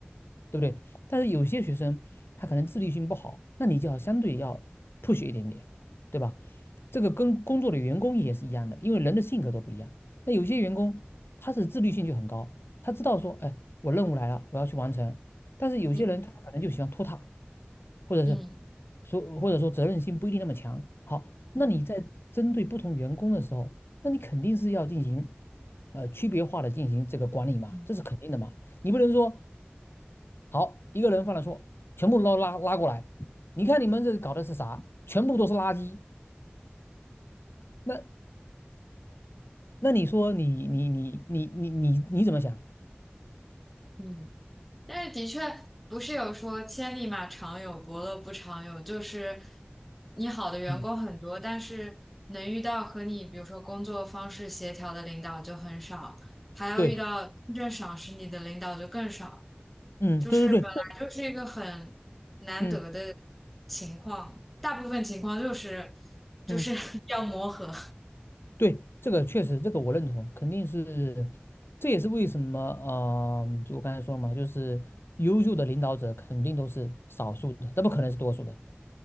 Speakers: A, on the left (about 70°); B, in the centre.
A: 对不对？但是有些学生他可能自律性不好，那你就要相对要 push 一点点，对吧？这个跟工作的员工也是一样的，因为人的性格都不一样。那有些员工他是自律性就很高，他知道说，哎，我任务来了，我要去完成。但是有些人他可能就喜欢拖沓，
B: 嗯
A: 或者是
B: 嗯嗯
A: 说或者说责任心不一定那么强。好，那你在针对不同员工的时候，
B: 嗯
A: 那你肯定是要进行呃区别化的进行这个管理嘛，
B: 嗯嗯。
A: 这是肯定的嘛。你不能说好一个人犯了错，全部捞拉拉过来，你看你们这搞的是啥？全部都是垃圾。那那你说你你你你你你你怎么想？
B: 嗯但是的确不是有说千里马常有，伯乐不常有，就是你好的员工很多，
A: 嗯。
B: 但是能遇到和你比如说工作方式协调的领导就很少，还要遇到真正赏识你的领导就更少，
A: 对。嗯，
B: 就是本来就是一个很难得的
A: 对对对，嗯
B: 情况，大部分情况就是就是
A: 嗯，
B: <laughs> 要磨合，
A: 对，这个确实，这个我认同，肯定是，这也是为什么，呃，就我刚才说了嘛，就是优秀的领导者肯定都是少数的，那不可能是多数的，